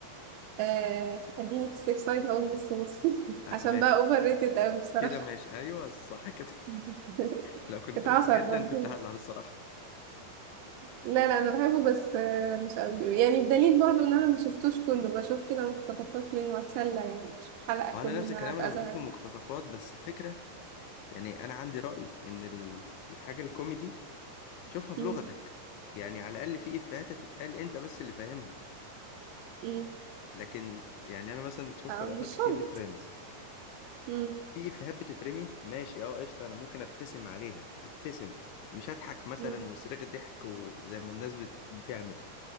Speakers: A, on the right; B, on the left.
A: آه، خليني في السيف سايد هقول نص نص <laughs>
B: آه
A: عشان
B: ماشي
A: بقى اوفر ريتد قوي بصراحه
B: كده ماشي ايوه صح كده
A: <laughs>
B: <laughs> لو كنت
A: اتعصر
B: قلت جدا
A: برضه
B: كنت هزعل الصراحه
A: لا لا انا بحبه بس آه، مش قوي يعني بدليل برضو ان انا ما شفتوش كله بشوف كده مقتطفات منه اتسلى يعني مش حلقة
B: وانا
A: كل
B: نفس
A: ما
B: الكلام
A: ابقى
B: انا بشوف
A: زهقانة
B: المقتطفات بس الفكره يعني انا عندي راي ان ال- الحاجه الكوميدي شوفها بلغتك
A: مم.
B: يعني على الاقل في افيهات تتقال انت بس اللي فاهمها
A: مم.
B: لكن يعني انا مثلا شفت
A: آه،
B: لقطات
A: مش
B: كتير
A: شرط
B: لفريندز
A: مم.
B: في افيهات بتترمي ماشي اه قشطه انا ممكن ابتسم عليها ابتسم مش هضحك مثلا
A: مم.
B: وصريخ ضحك وزي ما الناس بت- بتعمل